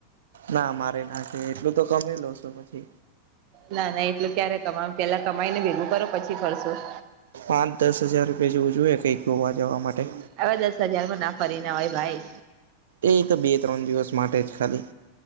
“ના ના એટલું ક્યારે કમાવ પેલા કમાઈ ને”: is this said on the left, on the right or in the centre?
Right